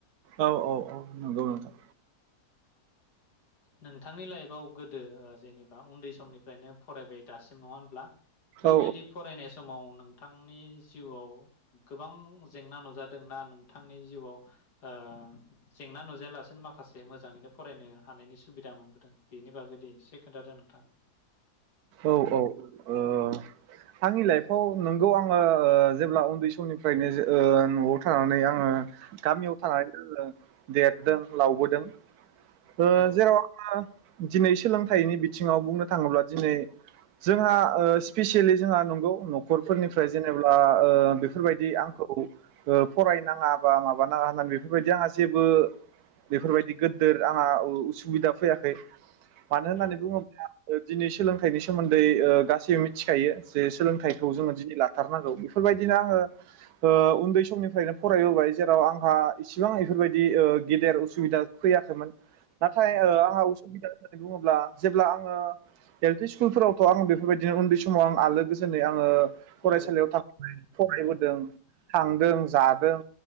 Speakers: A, on the right; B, on the left.
A: औ औ नंगौ नोंथां
B: नोंथांनि लाइफआव गोदो जेनेबा उन्दै समनिफ्रायनो फरायबाय दासिम नङा ब्ला बैबायदि
A: औ
B: फरायनाय समाव नोंथांनि जिउआव गोबां जेंना नुजादोंना नोंथांनि जिउआव ओ जेंना नुजायालासिनो माखासे मोजाङैनो फरायनो हानायनि सुबिदा मोनबोदों बेनि बागै दे एसे खोन्थादो नोंथां
A: औ औ ओ आंनि लाइफ औ नोंगौ आङो जेब्ला उन्दै समनिफ्रायनो ओ नआव थानानै आङो गामियाव थानायदो जोङो देरदों लावबोदों ओ
B: औ
A: जेराव आङो दिनै सोलोंथाइनि बि थिङाव बुंनो थाङोब्ला दिनै जोंहा ओ स्पेसियेलि जोंहा नंगौ नखर फोरनिफ्राय जेनेबा ओ बेफोरबायदि आंखौ फरायनाङा बा माबानाङा होननानै बेफोरबायदि आंहा जेबो बेफोरबायदि गोदोर आंहा उसुबिदा फैयाखै। मानो होननानै
B: औ
A: बुङो ओ दिनै सोलोंथाइनि सोमोन्दै ओ गासैबो मिथिखायो जे सोलोंथाइखौ जोङो दिनै ला थारनांगौ बेफोरबायदिनो आङो ओ उन्दै समनिफ्रायनो फरायबोबाय जेराव आंहा इसिबां इफोरबायदि ओ गेदेर उसुबिदा फैयाखैमोन। नाथाय
B: औ
A: ओ
B: औ
A: आंहा उसुबिदा बुङोब्ला जेब्ला आङो एल पि स्कुलफोरावथ आं बेफोरबायदिनो उन्दै समाव आं आलो गोजोनै आङो फरायसालियाव
B: औ
A: थांनाय फरायबोदों।
B: औ
A: थांदों जादों